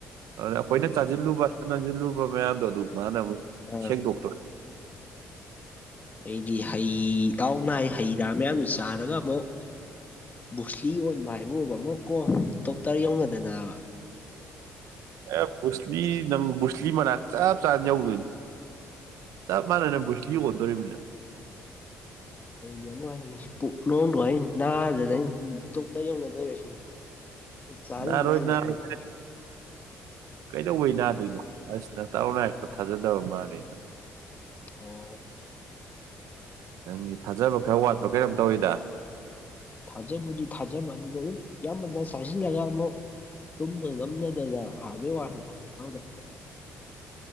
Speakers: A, on the right; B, on the left.
A: ꯑꯗꯨꯅ ꯑꯩꯈꯣꯏꯅ ꯆꯥꯖꯤꯜꯂꯨꯕ ꯍꯥꯟꯅꯁꯤꯜꯂꯨꯕ ꯃꯌꯥꯝꯗꯣ ꯑꯗꯨ ꯃꯥꯅ ꯑꯃꯨꯛ
B: ꯑꯥ
A: ꯁꯦꯡꯗꯣꯛꯇ <unintelligible>
B: ꯑꯩꯗꯤ ꯍꯩ ꯇꯥꯎꯅꯥꯏ ꯍꯩ ꯃꯌꯥꯝ ꯃꯌꯥꯝꯅ ꯆꯥꯔꯒ ꯑꯃꯨꯛ ꯕꯨꯛꯁꯂꯤ ꯑꯣꯟꯕ ꯍꯥꯏꯕꯨꯕ ꯑꯃꯨꯛ ꯀꯣ ꯇꯣ <unintelligible> ꯇꯔ ꯌꯧꯅꯗꯅꯕ
A: ꯑꯦ ꯕꯨꯁꯂꯤ ꯅꯪ ꯕꯨꯁꯂꯤ ꯃꯅꯥꯛ ꯆꯞ ꯆꯥꯅ ꯌꯧꯗꯣꯏꯅꯤ ꯆꯞ ꯃꯥꯟꯅꯅ ꯕꯨꯁꯂꯤ ꯑꯣꯟꯗꯧꯔꯤꯃꯤꯅ <unintelligible>
B: ꯑꯩꯗꯤ ꯑꯃꯨꯛ ꯍꯥꯏꯅꯤ ꯄꯨꯛꯅꯣꯡꯗꯣ ꯑꯩ ꯅꯥꯗꯅꯩ ꯗꯣꯛꯇꯔ ꯌꯧꯅꯗꯣꯏꯔꯁꯤꯅꯤ꯫ ꯆꯥꯔꯤ
A: ꯅꯥꯔꯣꯏ
B: ꯃꯌꯥꯝ <unintelligible>
A: ꯅꯥꯔꯣꯏ ꯀꯩꯗꯧꯕꯩ ꯅꯥꯗꯣꯏꯅꯣ ꯑꯁ ꯅꯇꯥꯎꯅ ꯍꯥꯏꯔꯛꯄ ꯊꯥꯖꯗꯕ ꯃꯥꯜꯂꯤ꯫
B: ꯑꯣ꯫
A: ꯅꯪ ꯊꯥꯖꯕ ꯈꯔ ꯋꯥꯠꯄꯔ ꯀꯩꯅꯝ ꯇꯧꯏꯗ꯫
B: ꯊꯥꯖꯕꯨꯗꯤ ꯊꯥꯖꯕ ꯑꯗꯨꯗ ꯑꯗꯨꯝ ꯌꯥꯝꯃꯟꯅ ꯆꯥꯁꯤꯜꯂꯒ ꯑꯃꯨꯛ ꯇꯨꯝꯕ ꯉꯝ꯫ ꯁꯝꯅꯗꯅ ꯍꯥꯏꯕꯩ ꯋꯥꯅꯤꯗ ꯅꯥꯎꯗ꯫